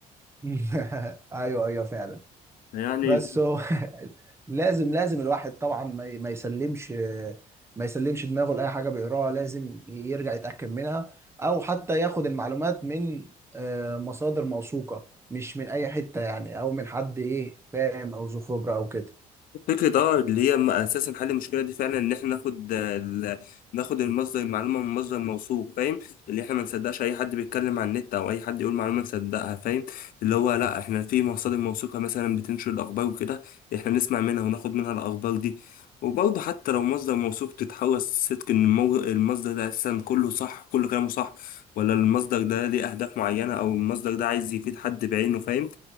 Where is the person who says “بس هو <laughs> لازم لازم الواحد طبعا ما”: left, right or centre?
Right